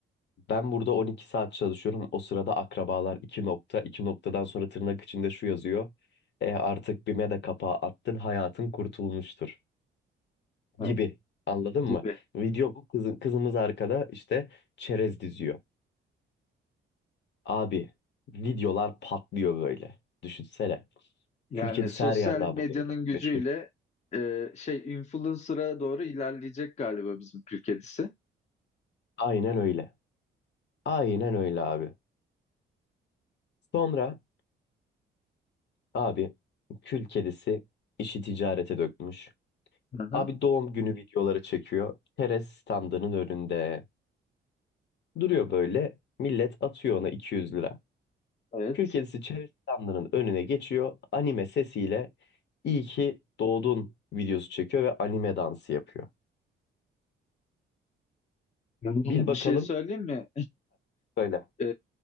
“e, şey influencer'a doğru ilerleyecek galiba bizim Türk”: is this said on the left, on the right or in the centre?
Left